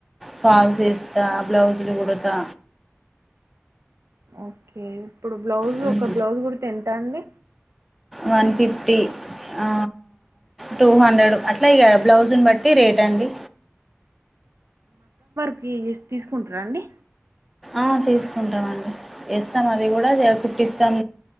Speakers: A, in the centre; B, on the right.
A: ఫాల్స్ వేస్తా బ్లౌజులు కుడతా
B: ఓకే ఇప్పుడు బ్లౌజ్
A: హ్మ్.
B: ఒక బ్లౌజ్ కుడితే ఎంత అండి
A: వన్ ఫిఫ్టీ ఆ టూ హండ్రెడ్ అట్లా ఇగా బ్లౌజుని బట్టి రేట్ అండి
B: త్రి తీసుకుంటారా అండి
A: ఆ తీసుకుంటామండి ఎస్తాం అది కూడా కుట్టిస్తాం